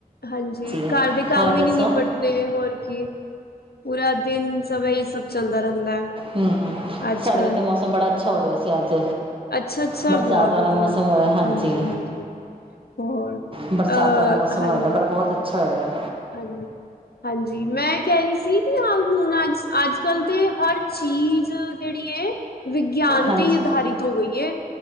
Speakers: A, on the left (about 85°); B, on the right (about 35°).
A: ਹਾਂਜੀ
B: ਹਾਂ।
A: ਘਰ ਦੇ ਕੰਮ
B: ਹੋਰ
A: ਹੀ
B: ਦੱਸੋ
A: ਨਹੀਂ ਨਿਪਟ ਹੋਰ ਕੀ ਪੂਰਾ ਦਿਨ ਸਭ ਹੀ ਸਭ ਚੱਲਦਾ ਰਹਿੰਦਾ ਹੈ।
B: ਹਮ
A: ਅੱਜ-ਕੱਲ
B: ਸਾਡੇ ਤੇ ਮੌਸਮ ਬੜਾ ਅੱਛਾ ਹੋ ਰਿਹਾ ਸੀ ਅੱਜ।
A: ਅੱਛਾ-ਅੱਛਾ
B: ਬਰਸਾਤ
A: ਬਹੁਤ
B: ਵਾਲਾ
A: ਵਧੀਆ
B: ਮੌਸਮ ਹੋਇਆ ਹਾਂਜੀ।
A: ਹਾਂਜੀ-ਹਾਂਜੀ ਹੋਰ ਅਹ
B: ਬਰਸਾਤੰ ਵਾਲਾ ਮੌਸਮ
A: ਹਾਂਜੀ
B: ਹੋਏਦਾ ਪਰ ਬਹੁਤ ਅੱਛਾ ਹੋਇਆ ਵ
A: ਹਾਂਜੀ ਹਾਂਜੀ ਮੈਂ ਕਹਿ ਰਹੀ ਸੀ ਵੀ ਹੁਣ ਅੱਜ ਅੱਜ ਕੱਲ੍ਹ ਤੇ ਹਰ ਚੀਜ਼ ਜਿਹੜੀ ਏ ਵਿਗਿਆਨ
B: ਹਾਂਜੀ
A: ਤੇ ਹੀ ਆਧਾਰਿਤ ਹੋ ਗਈ ਹੈ।